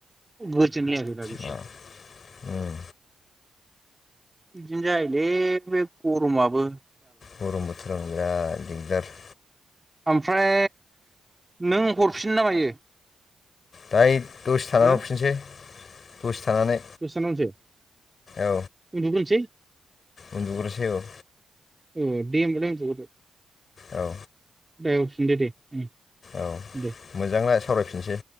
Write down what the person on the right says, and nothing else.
गोजोन लायाखै <unintelligible>
बिदिनो जायोलै बे गरमआबो।
ओमफ्राय नों हरफिनो ना मायो?
हो
दसे थाना हरसै?
उन्दु ग्रोनोसै।
ए दे होनबालाय उन्दुगोरदो।
दाहाय हरफिन दे। उम,
दे।